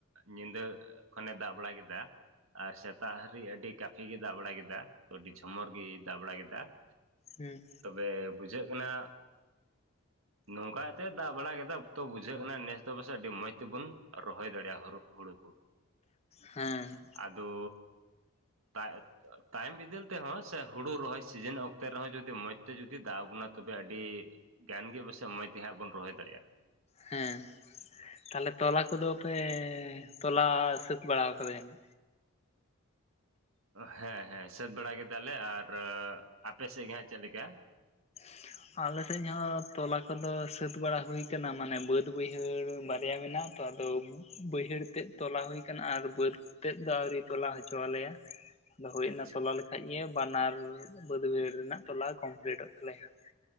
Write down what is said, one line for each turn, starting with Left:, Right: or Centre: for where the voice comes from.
Right: ᱧᱤᱫᱟᱹ ᱠᱷᱚᱱᱮ ᱫᱟᱜ ᱵᱟᱲᱟ ᱠᱮᱫᱟ ᱾ ᱟᱨ ᱥᱮᱛᱟᱜ ᱦᱟᱹᱨᱤᱡ ᱟᱹᱰᱤ ᱠᱟᱯᱷᱤ ᱜᱮᱭ ᱫᱟᱜ ᱵᱟᱲᱟ ᱠᱮᱫᱟ ᱛᱚ ᱟᱹᱰᱤ ᱡᱷᱚᱢᱚᱨ ᱜᱤ ᱫᱟᱜ ᱵᱟᱲᱟ ᱠᱮᱫᱟ ᱾
Left: ᱦᱩᱸᱻ
Right: ᱛᱚᱵᱮ ᱵᱩᱡᱷᱟᱹᱜ ᱠᱟᱱᱟ ᱱᱚᱝᱠᱟ ᱠᱟᱛᱮ ᱫᱟᱜ ᱵᱟᱲᱟ ᱠᱮᱫᱟ ᱚᱠᱛᱚ ᱵᱩᱡᱷᱟᱹᱜ ᱠᱟᱱᱟ ᱱᱮᱥ ᱫᱚ ᱯᱟᱥᱮᱡ ᱟᱹᱰᱤ ᱢᱚᱡᱽ ᱛᱮᱵᱚᱱ ᱨᱚᱦᱚᱭ ᱫᱟᱲᱮᱜᱼᱟ ᱦᱳᱲᱳ ᱦᱳᱲᱳ ᱠᱩ ᱾
Left: ᱦᱮᱸ ᱾
Right: ᱟᱫᱚ ᱛᱟᱭ ᱛᱟᱭᱚᱢ ᱵᱤᱫᱟᱹᱞ ᱛᱮᱦᱚᱸ ᱥᱮ ᱦᱳᱲᱳ ᱨᱚᱦᱚᱭ ᱥᱤᱡᱮᱱ ᱚᱠᱛᱮ ᱨᱮᱦᱚᱸ ᱡᱩᱫᱤ ᱢᱚᱡᱽ ᱛᱮ ᱡᱩᱫᱤ ᱫᱟᱜ ᱟᱵᱚᱱᱟ ᱛᱚᱵᱮ ᱟᱹᱰᱤ ᱜᱟᱱ ᱜᱮ ᱯᱟᱥᱮᱡ ᱢᱚᱡᱽ ᱛᱮ ᱦᱟᱸᱜ ᱵᱚᱱ ᱨᱚᱦᱚᱭ ᱫᱟᱲᱮᱭᱟᱜᱼᱟ ᱾
Left: ᱦᱮᱸ ᱛᱟᱦᱚᱞᱮ ᱛᱚᱞᱟ ᱠᱚᱫᱚ ᱯᱮ ᱛᱚᱞᱟ ᱥᱟᱹᱛ ᱵᱟᱲᱟ ᱣᱟᱠᱟᱫᱽ ᱭᱟ ᱾
Right: ᱦᱮᱸ ᱦᱮᱸ ᱥᱟᱹᱛ ᱵᱟᱲᱟ ᱠᱮᱫᱟᱞᱮ ᱟᱨ ᱟᱯᱮ ᱥᱮᱫ ᱜᱮ ᱦᱟᱸᱜ ᱪᱮᱫ ᱞᱮᱠᱟ‌ ᱾
Left: <inaudible> ᱟᱞᱮᱥᱮᱫ ᱦᱚᱸ ᱛᱚᱞᱟ ᱠᱚᱫᱚ ᱥᱟᱹᱛ ᱵᱟᱲᱟ ᱦᱩᱭ ᱟᱠᱟᱱᱟ ᱢᱟᱱᱮ ᱵᱟᱹᱫ ᱵᱟᱹᱭᱦᱟᱹᱲ ᱵᱟᱨᱭᱟ ᱢᱮᱱᱟᱜ ᱛᱚ ᱟᱫᱚ ᱵᱟᱹᱭᱦᱟᱹᱲ ᱛᱮᱫ ᱛᱚᱞᱟ ᱦᱩᱭ ᱟᱠᱟᱱᱟ ᱟᱨ ᱵᱟᱹᱫᱽ ᱛᱮᱫ ᱫᱚ ᱟᱹᱣᱨᱤ ᱛᱚᱞᱟ ᱦᱚᱪᱚᱣᱟᱞᱮᱭᱟ ᱾ ᱟᱫᱚ ᱦᱚᱭ ᱮᱱᱟ
Right: ᱟᱪᱪᱷᱟ
Left: ᱛᱚᱞᱟ ᱞᱮᱠᱷᱟᱡ ᱜᱮ ᱵᱟᱱᱟᱨ ᱵᱟᱹᱫ ᱵᱟᱹᱭᱷᱟᱹᱲ ᱨᱮᱱᱟᱜ ᱛᱚᱞᱟ ᱠᱚᱢᱯᱞᱤᱴᱚᱜ ᱛᱟᱞᱮᱭᱟ ᱾